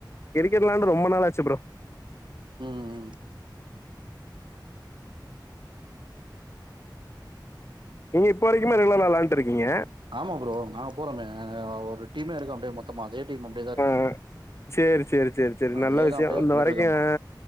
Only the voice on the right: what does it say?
ம்
ஆமா ப்ரோ நாங்க போறமே ஒரு டீமே இருக்கோ அப்படியே மொத்தமா அதே டீம் அப்படியேதா இருக்கு
அதேதா
அப்டியே
போயிட்ருக்கம்மா